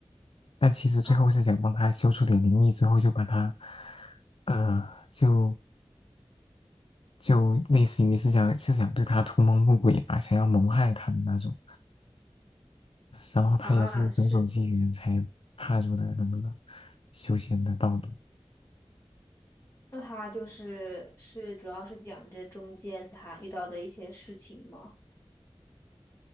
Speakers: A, on the left; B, on the left.
A: 但其实最后是想帮他修出点灵力之后，
B: 啊
A: 就把他，呃，就就类似于是想是想对他图谋不轨吧，想要谋害他的那种，然后他也是种种机缘才踏入了那个
B: 啊，是
A: 修仙的道路。
B: 那他就是是主要是讲这中间他遇到的一些事情吗？